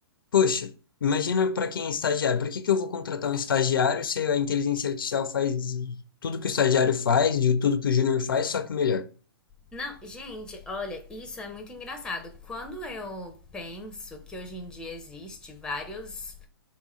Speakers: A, on the left; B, in the centre.
A: poxa, imagina para quem é estagiário. Para que que eu vou contratar um estagiário se a inteligência artificial faz tudo que o estagiário faz, de tudo que o júnior faz, só que melhor?
B: Não, gente, olha, isso é muito engraçado. Quando eu penso que hoje em dia existe vários